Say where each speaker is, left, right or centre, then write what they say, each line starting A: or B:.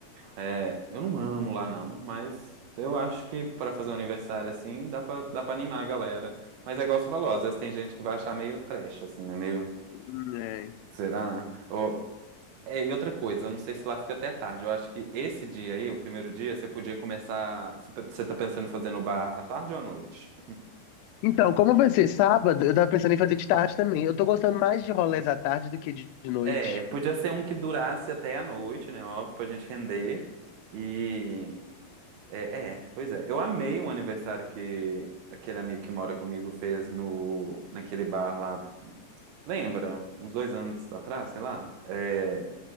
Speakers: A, on the right; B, on the left.
A: É, eu não amo lá não, mas eu acho que pra fazer um aniversário assim, dá pra, dá pra animar a galera. Mas é igual você falou, às vezes tem gente que vai achar meio trash, assim, né? Meio,
B: Hum, é.
A: será? Ou, é, e outra coisa, eu não sei se lá fica até tarde. Eu acho que esse dia aí, o primeiro dia, você podia começar. Você você tá pensando em fazer no bar à tarde ou à noite?
B: Então, como vai ser sábado, eu tava pensando em fazer de tarde também. Eu tô gostando mais de rolês à tarde do que de de noite.
A: É, podia ser um que durasse até a noite, né? Óbvio, pra gente render. E É, é, pois é. Eu amei um aniversário que aquele amigo que mora comigo fez no, naquele bar lá. Lembra? Uns dois anos atrás, sei lá. É,